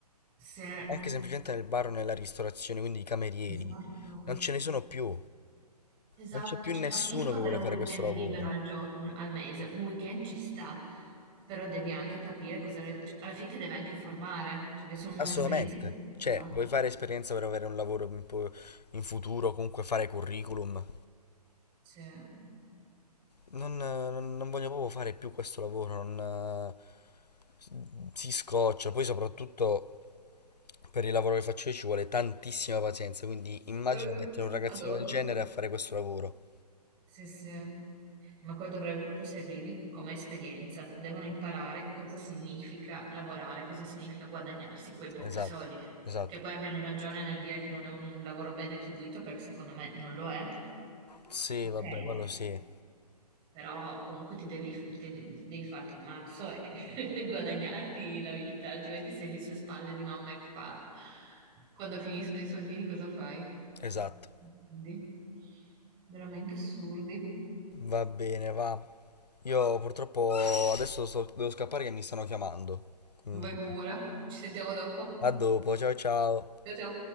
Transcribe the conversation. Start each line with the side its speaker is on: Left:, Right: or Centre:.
Right: se...
Left: anche semplicemente nel bar o nella ristorazione, quindi i camerieri,
Right: Esatto,
Left: non ce ne sono più,
Right: esatto.
Left: non c'è più
Right: Cioè,
Left: nessuno
Right: capisco
Left: che
Right: avere
Left: vuole
Right: un
Left: fare
Right: weekend
Left: questo lavoro,
Right: libero al, gio- al mese, un weekend ci sta, però devi anche capire cosa... cioè, alla fine ti deve anche formare, cioè deve essere un'esperienza
Left: assolutamente.
Right: educativa.
Left: Cioè, vuoi fare esperienza per avere un lavoro in, po- in futuro, comunque fare curriculum?
Right: Cioè,
Left: Non, eh, non- non voglio proprio fare più questo lavoro, non, eh, s- si scoccia. Poi soprattutto per il lavoro che faccio io ci vuole tantissima pazienza, quindi immagina
Right: eh,
Left: mettere un ragazzino
Right: vado.
Left: del genere a fare questo lavoro.
Right: Sì, sì. Ma quello dovrebbe proprio servirgli come esperienza. Devono imparare cosa significa lavorare, cosa significa guadagnarsi quei pochi
Left: Esatto,
Right: soldi.
Left: esatto.
Right: Che poi abbiano ragione nel dire che non è un lavoro ben retribuito, perché secondo me non lo è.
Left: Sì,
Right: Ok,
Left: vabbè, quello sì,
Right: però comunque ti devi, ti- devi farti il mazzo e <laughs> guadagnarti la vita, altrimenti sei lì sulle spalle di mamma e papà. Quando finiscono i soldini, cosa fai?
Left: esatto.
Right: Quindi, veramente assurdi.
Left: Va bene, va. Io purtroppo adesso so- devo scappare che mi stanno chiamando, quindi
Right: Vai pure, ci sentiamo dopo.
Left: a dopo, ciao ciao.
Right: Ciao ciao.